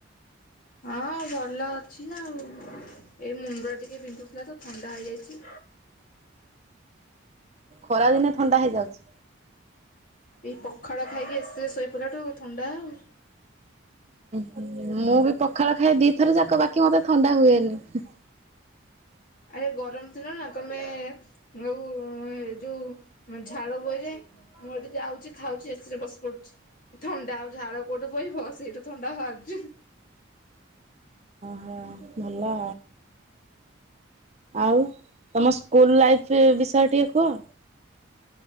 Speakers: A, on the left; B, on the right.
A: ହଁ ଭଲ ଅଛି ଆଉ ଏଇ ମୁଣ୍ଡ ଟିକେ ବିନ୍ଧୁଥିଲା ତ ଥଣ୍ଡା ହେଇଯାଇଛି।
B: ଖରା ଦିନେ ଥଣ୍ଡା ହେଇଯାଉଛି।
A: ଏଇ ପଖାଳ ଖାଇକି ଆସିବେ ଶୋଇପିଲାଠୁ ଥଣ୍ଡା ଆଉ।
B: ହୁଁୁ ମୁଁ ବି ପଖାଳ ଖାଇଏ ଦିଥର ଯାକ ବାକି କି ମତେ ଥଣ୍ଡା ହୁଏନି।
A: ଆରେ ଗରମ ଦିନ ନା ତମେୋଉ ଯୋଉ ଝାଳ ବୋହିରେ ମୁଁ ଏଠି ଯାଉଛି ଖାଉଛି ଏସିରେ ବସ ପଡୁଛି ଥଣ୍ଡା ଆଉ ଝାଳ କୋଉଠୁ ବହିିବ ସେ ଏଇଠୁ ଥଣ୍ଡା ବାହାରୁଛି।
B: ହଁ ଭଲ। ଆଉ ତମ ସ୍କୁଲ ଲାଇଫ ବିଷୟ ଟିକେ କୁହ।